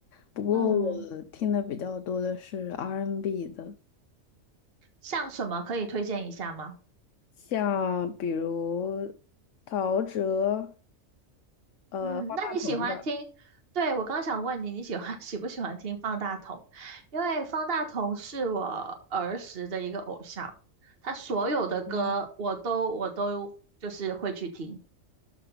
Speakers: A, on the left; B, on the right.
A: 不过我听的比较多的是
B: 嗯，
A: R&B N 的，
B: 像什么可以推荐一下吗？
A: 像比如陶喆、呃方大同的。
B: 嗯，那你喜欢听？对，我刚想问你，你喜欢 <laughs> 喜不喜欢听方大同？因为方大同是我儿时的一个偶像，他所有的歌我都我都就是会去听。
A: 嗯